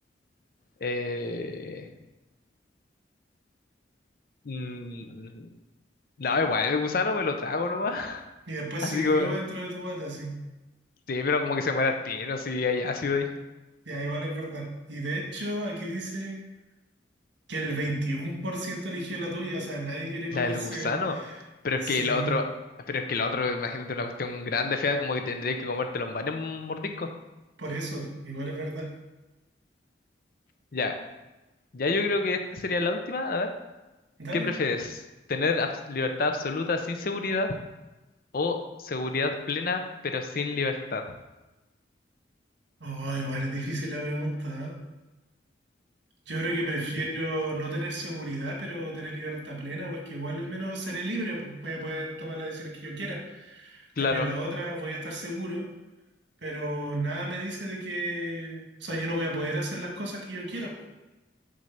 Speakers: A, on the left; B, on the right.
A: Eh, mm, No, igual, el gusano me lo trago nomás. <laughs>
B: Y después
A: Así
B: sigue
A: que,
B: vivo dentro de tu bata, sí.
A: sí, pero como que se muere al tiro, si hay ácido ahí.
B: Ya, igual es verdad. Y de hecho, aquí dice que el 21% eligió la tuya, o sea, nadie quiere
A: La
B: comerse.
A: del gusano. Pero
B: Sí,
A: es que el otro, pero es que el otro, imagínate una cuestión grande, fea, como que tendrías que comértelo en varios mordiscos.
B: por eso, igual es verdad.
A: Ya, ya yo creo que esta sería la última. A ver,
B: Dale.
A: ¿qué prefieres? ¿Tener abs- libertad absoluta sin seguridad o seguridad plena pero sin libertad?
B: Oh, igual es difícil la pregunta, ¿eh? Yo creo que prefiero
A: Mm.
B: no tener seguridad, pero tener libertad plena, porque igual al menos seré libre, pues voy a poder tomar las decisiones que yo quiera. Cambio
A: Claro.
B: la otra, voy a estar seguro, pero nada me dice de que, o sea, yo no voy a poder hacer las cosas que yo quiero.